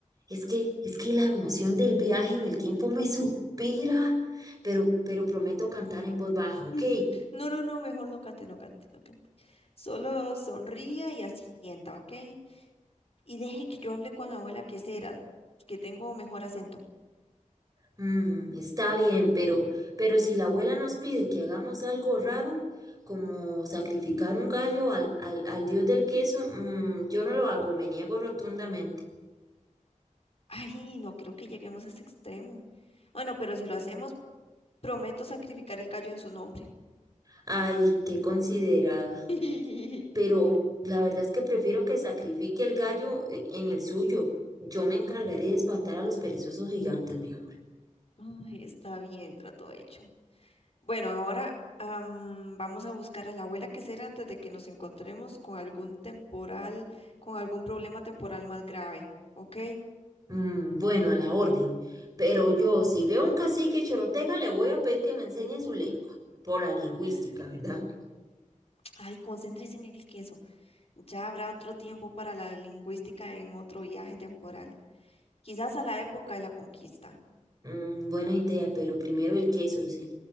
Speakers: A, on the right; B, on the left.
A: Es que, es que la emoción del viaje en el tiempo me supera, pero, pero prometo cantar en voz baja, ¿ok?
B: mm. No, no, no, mejor no cante, no cante, no cante. Solo sonría y asienta, ¿ok? Y deje que yo hable con la abuela que será, que tengo mejor acento.
A: Mm, está bien, pero, pero si la abuela nos pide que hagamos algo raro, como sacrificar un gallo al, al, al dios del queso, mm, yo no lo hago, me niego rotundamente.
B: Ay, no creo que lleguemos a ese extremo. Bueno, pero si lo hacemos, prometo sacrificar el gallo en su nombre.
A: Ay, qué considerada.
B: <laughs>
A: Pero la verdad es que prefiero que sacrifique el gallo e- en el suyo. Yo me encargaré de espantar a los perezosos gigantes, mejor.
B: Ay, está bien, trato hecho. Bueno, ahora am, vamos a buscar a la abuela que será antes de que nos encontremos con algún temporal, con algún problema temporal más grave, ¿ok?
A: Mm, bueno, a la orden. Pero yo, si veo un cacique choroteca, le voy a pedir que me enseñe su lengua, por la lingüística,
B: <gasps>
A: ¿verdad?
B: Ay, concéntrese en el queso. Ya habrá otro tiempo para la lingüística en otro viaje temporal. Quizás a la época de la conquista.
A: Mm, buena idea, pero primero el queso, sí.